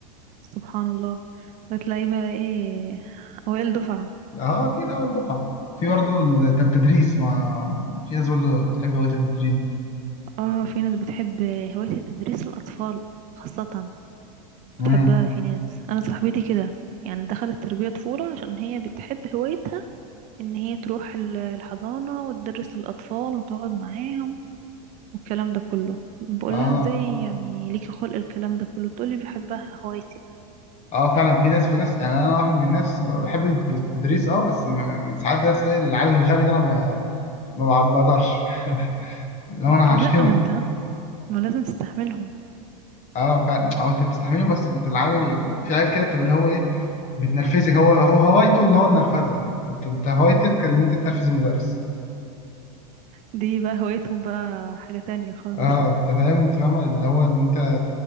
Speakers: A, on the right (about 35°); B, on the left (about 35°).
A: سبحان الله بتلاقي بقى ايه اوائل دفعة
B: اه اكيد اول دفعه في برضه ال- طب التدريس ما في ناس برضه تحب هوايه التدريس دي
A: اه في ناس بتحب هواية تدريس الاطفال خاصة
B: امم
A: بتحبها في ناس انا صاحبتي كده يعني دخلت تربية طفولة عشان هي بتحب هوايتها ان هي تروح ال- الحضانة وتدرس للاطفال وتقعد معاهم والكلام ده كله بقول
B: اه
A: لها ازاي يعني ليكي خلق الكلام ده كله بتقولي بحبها هوايتي
B: اه فعلا في ناس في ناس يعني انا واحد من الناس بحب التدريس اه بس ما- ساعات بس إيه، العيال الغبي ده انا ب- ما بقدرش <laughs> لو انا
A: لا
B: هشتمك
A: ما انت ما لازم تستحملهم
B: اه فعلا اه انت بتستحملهم بس انت العيال في عيال كده بتبقى اللي هو ايه بتنرفزك هو هو هوايته ان هو النرفزه انت انت أنت هوايتك ان انت تنرفز المدرس
A: دي بقى هوايتهم بقى حاجة تانية خالص
B: اه انت فاهم انت فاهمه اللي هو اللي انت